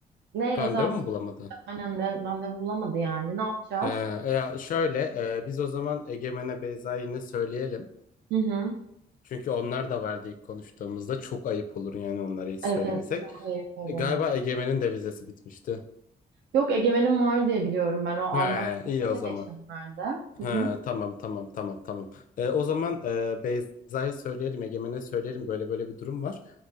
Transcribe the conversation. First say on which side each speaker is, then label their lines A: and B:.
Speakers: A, on the right; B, on the left.
A: ne
B: Randevu
A: rezervasyon
B: mu bulamadı?
A: aynen de randevu bulamadı yani. Ne yapacağız?
B: He, e, ya şöyle e, biz o zaman Egemen'e Beyza'yı yine söyleyelim.
A: Hı hı.
B: Çünkü onlar da vardı ilk konuştuğumuzda. Çok ayıp olur yani onlara hiç
A: Evet
B: söylemesek.
A: çok ayıp olur.
B: E, Galiba Egemen'in de vizesi bitmişti.
A: Yok Egemen'in var diye biliyorum ben. O Almanya'da
B: He, iyi
A: aldı
B: o zaman.
A: geçenlerde. Hı
B: Ha,
A: hı.
B: tamam tamam tamam tamam. Ee, o zaman e, Beyza'ya söyleyelim, Egemen'e söyleyelim böyle böyle bir durum var.